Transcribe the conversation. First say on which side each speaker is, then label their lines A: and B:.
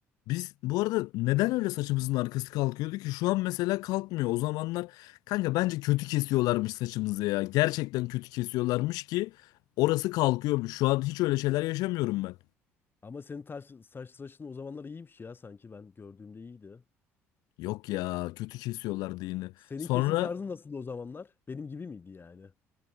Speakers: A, on the left; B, on the left.
A: Biz bu arada neden öyle saçımızın arkası kalkıyordu ki? Şu an mesela kalkmıyor. O zamanlar kanka bence kötü kesiyorlarmış saçımızı ya. Gerçekten kötü kesiyorlarmış ki orası kalkıyormuş. Şu an hiç öyle şeyler yaşamıyorum ben.
B: Ama senin taş, saç tıraşın o zamanlar iyiymiş ya sanki ben gördüğümde iyiydi.
A: Yok ya kötü kesiyorlardı yine.
B: Senin
A: Sonra
B: kesim tarzın nasıldı o zamanlar? Benim gibi miydi yani?